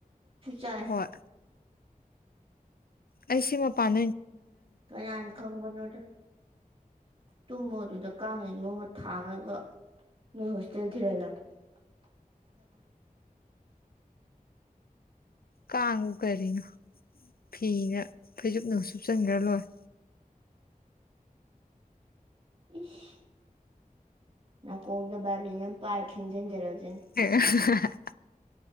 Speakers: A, on the right; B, on the left.
A: ꯆꯥꯏ
B: ꯍꯣꯏ ꯑꯩꯁꯤꯃ ꯄꯥꯟ
A: ꯀꯩꯅ ꯑꯟ ꯈꯪꯕꯅꯣꯗ ꯇꯨꯝꯃꯣ ꯑꯗꯨꯗ ꯀꯥꯡꯅ ꯌꯣꯝꯃ ꯊꯥꯡꯉꯒ ꯅꯣꯏ ꯍꯣꯁꯇꯦꯜ ꯊꯤꯜꯍꯜꯂꯛꯀꯦ ꯎꯝ
B: ꯀꯥꯡꯕꯨ ꯀꯔꯤꯅꯣ ꯐꯤꯅ ꯐꯩꯖꯨꯞꯅ ꯁꯨꯞꯆꯟꯈ꯭ꯔ ꯂꯣꯏꯔ
A: ꯏꯁ ꯅꯥꯀꯣꯡꯗ ꯕꯥꯏꯌꯑꯣꯂꯣꯅꯤꯌꯝ ꯄꯥꯔꯛ ꯍꯤꯡꯖꯤꯟꯖꯔꯁꯤꯟ
B: <unintelligible>